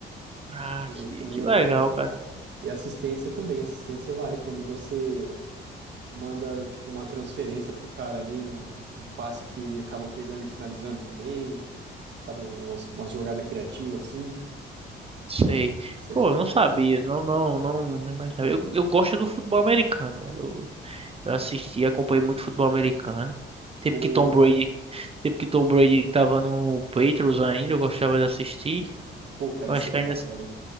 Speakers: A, on the right; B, on the right.
A: Ah,
B: Esse,
A: que,
B: esse também
A: que
B: é
A: legal,
B: um rebote.
A: cara.
B: E assistência também. Assistência vale quando você manda, tipo, uma transferência pro cara ali no, um passe que ele acaba pegando e finalizando também. Sabe, umas, umas jogadas criativas assim.
A: Sei.
B: Isso
A: Pô,
B: aí conta
A: eu não sabia.
B: também.
A: Não, não, não, não imaginava. Eu, eu gosto do futebol americano, velho. Eu, eu assisti, acompanhei muito futebol americano. Tempo
B: Boa.
A: que Tom Brady, tempo que Tom Brady tava no Patriots ainda, eu gostava de assistir.
B: Pô, cara,
A: Eu
B: isso
A: acho
B: aí
A: que ainda.
B: é da hora, hein?